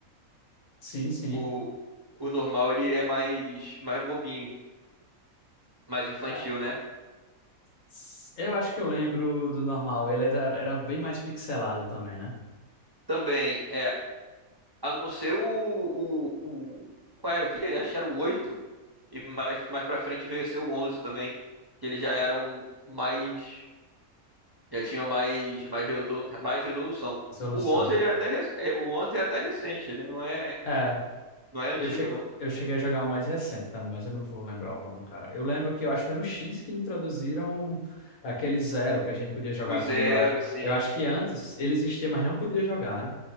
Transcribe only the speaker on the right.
O, o normal ele é mais, mais bobinho, mais infantil,
né?
Também, é. A não ser o, o, o- Qual era aquele? Acho que era o oito E mais, mais pra frente veio a ser o 11 também. Que eles já eram mais Já tinha mais, mais, resolu- mais resolução.
O 11
ele é até, rec- é, o 11 é até recente, ele não é,
não é antigo,
não.
O Zero,
sim.